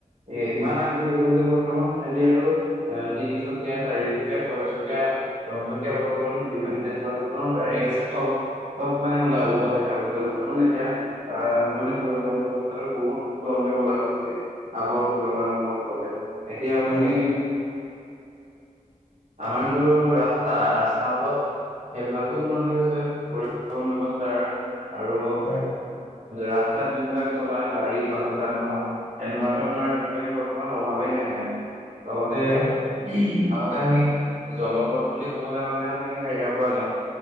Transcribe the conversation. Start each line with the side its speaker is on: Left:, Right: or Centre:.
Right: এ ইমান আগবাঢ়ি গল যে বৰ্তমান আজি আৰু অ তিনিচুকীয়া চাৰিক ছয়চকীয়া দহচকীয়া বৰ্তমান যিমান তেনে ধৰৰ গাড়ী আছে চব চব মানে। উজ দেখা অৱস্থা মানে এতিয়া আ মানে পৰিবহন ব্যৱস্থাৰ বহুত উত প্ৰভাৱ কৰিছে। আগৰ তুলনামূলক হলে এতিয়া আপুনি
Left: হয়
Right: আমাৰ দিনতকৈ ৰাস্তা, ৰাস্তা পথ সেইবিলাকো উন্নতি হৈছে। পৰি ব্যৱস্থাৰ আৰু অ
Left: হয়
Right: ৰাস্তাত যোনবিলাক চলা গাড়ী বাহ যান বাহন তেনেকুৱাতো আমাৰ আজিকালি বৰ্তমান অভাৱে নাই। এ লগতে
Left: হয় হয়
Right: আগতে আমি জলপথ বুলি ক'বলৈ গ'লে সে সেয়াৰ পৰা যাওঁ।